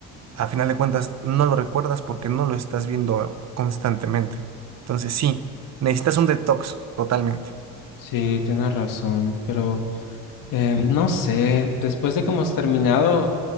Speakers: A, on the right (about 45°); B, on the left (about 65°).
A: a final de cuentas no lo recuerdas porque no lo estás viendo constantemente. Entonces sí, necesitas un detox totalmente.
B: Sí, tienes razón, pero eh, no sé, después de que hemos terminado...